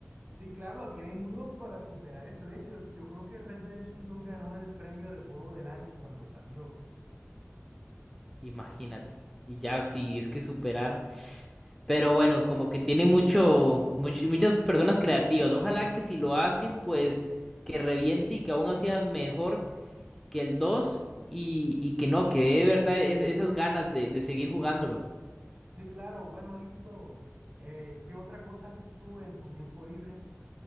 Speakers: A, on the right (about 35°); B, in the centre.
A: Sí, claro, la tienen duro para superar ese. De hecho, es- yo creo que Red Dead Redemption dos ganó el premio de juego del año cuando salió.
B: Imagínate. Y ya, sí, es que superar. Pero bueno, como que tienen mucho, much- muchas personas creativas. Ojalá que si lo hacen, pues que reviente y que aún hacía mejor que el 2 y, y que no, que dé de verdad es- esas ganas de, de seguir jugándolo.
A: Sí, claro, bueno, listo. Eh, ¿qué otra cosa haces tú en tu tiempo libre?